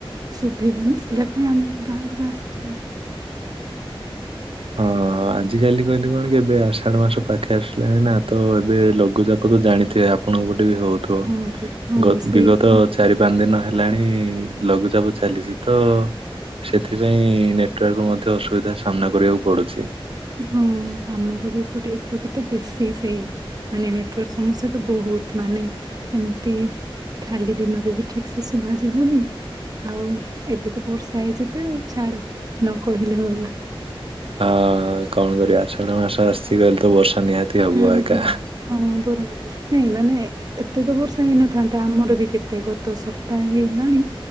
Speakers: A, on the right; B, on the right.
A: ଶୁଭିବନି ସେଇଟା ପାଇଁ ଆମେ ବି ବାହାରକୁ ଆସିଚି।
B: ହଁ। ଆଜିକାଲି କହିଲେ କଣ କି ଏବେ ଆଷାଢ଼ ମାସ ପାଖେଇ ଆସିଲାଣି ନା, ତ ଏବେ ଲଘୁଚାପ ତ ଜାଣିଥିବେ ଆ ଆପଣଙ୍କ ପଟେ ବି ହଉଥିବ।
A: ହଁ ପରା ହଁ
B: ଗ
A: ସେଇ
B: ବିଗତ
A: ତ
B: ଚାରି ପାଞ୍ଚ ଦିନ ହେଲାଣି ଲଘୁଚାପ ଚାଲିଚି ତ ସେଥିପାଇଁ ନେଟୱାର୍କ ର ମଧ୍ୟ ଅସୁବିଧା ସାମ୍ନା କରିବାକୁ ପଡୁଛି।
A: ହଁ, ଆମର ବି ଏପଟେ ଏପଟେ ତ ବେଶୀ ସେଇ ମାନେ ନେଟୱାର୍କ ସମସ୍ୟା ତ ବହୁତ। ମାନେ ଏମତି ଖାଲି ଦିନରେ ବି ଠିକ୍ ସେ ଶୁଭା ଯିବନି ଆଉ ଏବେ ତ ବର୍ଷା ହେଇଚି ତ ଛାଡ ନ କହିଲେ ଭଲ।
B: ହଁ, କଣ କରିବା ଆଷାଢ ମାସ ଆସିଗଲେ ତ ବର୍ଷା ନିହାତି ହବ
A: ହୁଁ,
B: ଏକା।
A: ହୁଁ, ହଁ ପର ନାଇଁ ମାନେ ଏତେ ତ ବର୍ଷା ହେଇନଥାନ୍ତା। ଆମର ବି କେତେ ଗତ ସପ୍ତାହେ ହେଇଗଲାଣି